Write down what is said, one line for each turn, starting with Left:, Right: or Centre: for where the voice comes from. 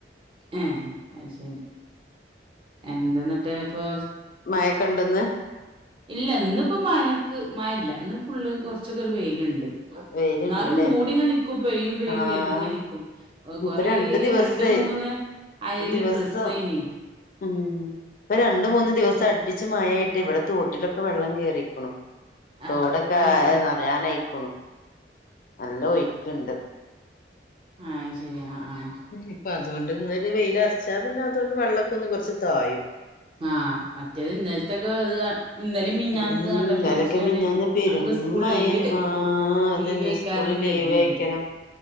Right: ഏഹ് അത് ശരി എന്തെന്നിട്ട് ഇപ്പൊ
Left: മഴക്കെ ഇണ്ടോ ഇന്ന്?
Right: ഇല്ല ഇന്ന് ഇപ്പോ മഴക്ക് മഴ ഇല്ല ഇന്ന് ഫുള്ള് കുറച്ചൊക്കെ ഒരു വെയിലിണ്ട്.
Left: വെയിലുണ്ടല്ലേ
Right: എന്നാലും മൂടിങ്ങ നിക്കും പെയ്യും പെയ്യും
Left: ആഹ്
Right: കരുതിങ്ങ നിക്കും. കൊറേ
Left: ഇപ്പൊ രണ്ടു ദിവസായി
Right: രണ്ട് മൂന്ന് അയല്
Left: ദിവസം
Right: ഡ്രെസ്സെയ്നി.
Left: ഉം ഇപ്പം രണ്ടും മൂന്ന് ദിവസം അടുപ്പിച്ച് മഴായിട്ട് ഇവിടെ തോട്ടിലൊക്കെ വെള്ളം കേയറിക്ക്ണു.
Right: ആഹ്
Left: തോടൊക്കെ
Right: അത് ശരി
Left: നിറയാനയിക്കണു നല്ല ഒഴക്ക്ണ്ട്.
Right: ആഹ് അത് ശരി ആഹ് ആഹ്
Left: ഇപ്പൊ അതുകൊണ്ട് ഇന്നൊരു വെയിലറച്ചാ പിന്നെ അതുകൊണ്ട് വെള്ളമൊക്കെ ഒന്ന് കൊറച്ച് തായും.
Right: ആഹ് മറ്റേത് ഇന്നലത്തൊക്കെത് ഇന്നലും മിഞ്ഞാനത്തത്
Left: ഉം
Right: കണ്ടപ്പോ
Left: ഇന്നലൊക്കെ
Right: വിരിച്ചു ഞാന്
Left: മിഞ്ഞാന്ന് പെരും
Right: നമുക്ക് സ്കൂൾ
Left: മഴേനു
Right: ലീവ്
Left: ആ അതന്നെ
Right: ലീവെക്കാരം
Left: സ്കൂള് ലീവേയ്ക്കരം
Right: കര്തി ഞാന്